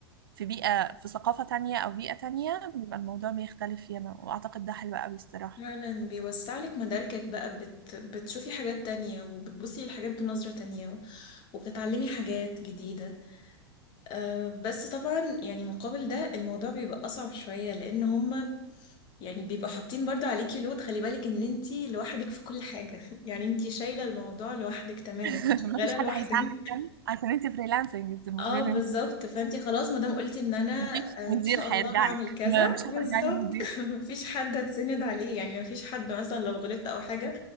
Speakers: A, on the right (about 60°); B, on the left (about 35°).
A: في بيئة في ثقافة تانية او بيئة تانية بيبقى الموضوع بيختلف فيما واعتقد ده حلو قوي الصراحة
B: فعلا بيوسع لك مداركك بقى بت... بتشوفي حاجات تانية وبتبصي للحاجات بنظرة تانية وبتتعلمي حاجات جديدة أه بس طبعا يعني مقابل ده الموضوع بيبقى أصعب شوية لأن هما يعني بيبقوا حاطين برضو عليكي لود خلي بالك إن انتي لوحدك في كل حاجة <laughs> يعني انتي شايلة الموضوع لوحدك تماما
A: <laughs>
B: شغالة
A: مفيش حد
B: لوحدك
A: هيساعدك قوي عشان انت فريلانسنج انت المفروض
B: اه بالظبط
A: انت
B: فانتي خلاص ما دام قلتي ان انا
A: مفيش مدير
B: ان شاء الله
A: هيرجع
B: هعمل
A: لك
B: كذا
A: ما- مش
B: بالظبط
A: هترجعي لمدير
B: <laughs> مفيش حد هتسند عليه يعني مفيش حد مثلا لو غلطت او حاجه